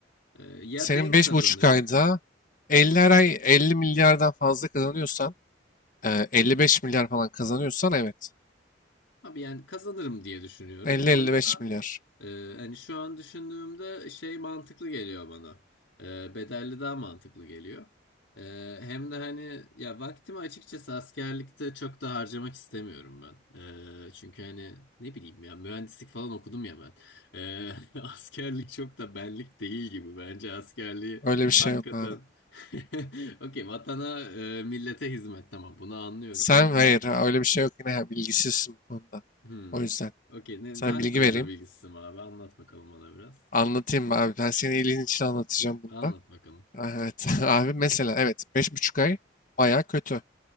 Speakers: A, on the left (about 85°); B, on the left (about 45°).
A: Ee, ya
B: senin
A: denk
B: beş
A: kazanırım.
B: buçuk ayda elli her ay 50 milyardan fazla kazanıyorsan, e, 55 milyar falan kazanıyorsan evet.
A: Abi yani kazanırım diye düşünüyorum.
B: elli
A: O
B: elli
A: yüzden
B: beş milyar.
A: e, hani şu an düşündüğümde şey mantıklı geliyor bana. E, bedelli daha mantıklı geliyor. E, hem de hani ya vaktimi açıkçası askerlikte çok da harcamak istemiyorum ben. E, çünkü hani ne bileyim ya mühendislik falan okudum ya ben. E, <laughs> askerlik çok da benlik değil gibi bence askerliği
B: Öyle bir şey
A: hakikaten.
B: yok abi.
A: <laughs> Okey vatana e, millete hizmet tamam bunu anlıyorum.
B: Sen hayır, ha, öyle bir şey yok yine ha, bilgisizsin bu konuda.
A: Hmm.
B: O yüzden
A: Okey. Ne,
B: sana
A: hangi
B: bilgi
A: konuda
B: vereyim.
A: bilgisizim abi? Anlat bakalım bana biraz.
B: Anlatayım mı abi? Ben senin iyiliğin için anlatacağım bunda.
A: Anlat bakalım.
B: Evet <laughs> abi mesela evet beş buçuk ay baya kötü.